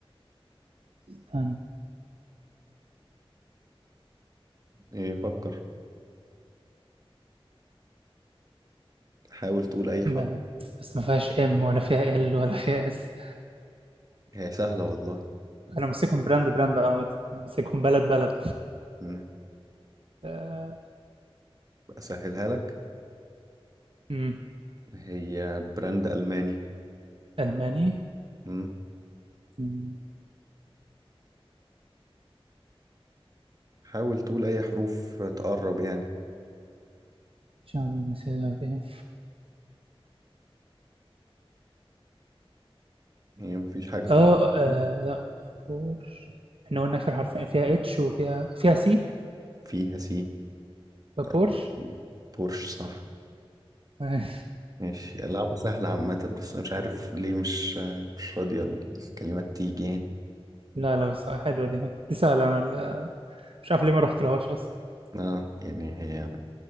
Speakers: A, on the right; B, on the right.
A: استنى
B: ايه فكر حاول تقول اي حرف
A: ما بس ما فيهاش ام ولا فيها ال ولا فيها اس
B: هي سهلة والله
A: انا ماسكهم براند براند عامة أنا ماسكهم بلد بلد
B: مم.
A: آه.
B: أسهلها لك
A: أمم.
B: هي براند ألماني
A: الماني
B: مم.
A: أمم.
B: حاول تقول أي حروف تقرب يعني
A: ان شاء الله مسيرها بيه
B: يعني مفيش حاجة في
A: اه آه،
B: دماغك
A: لا بور احنا قلنا اخر حرفين فيها اتش وفيها فيها سي
B: فيها سي أكيد
A: بورش
B: بورش صح
A: أي.
B: ماشي لعبة سهلة عامة بس أنا مش عارف ليه مش مش راضية الكلمات تيجي يعني
A: لا لا بس حلوة دي دي سهلة أنا ال- مش عارف ليه ما رحت لهاش أصلا
B: آه يعني هي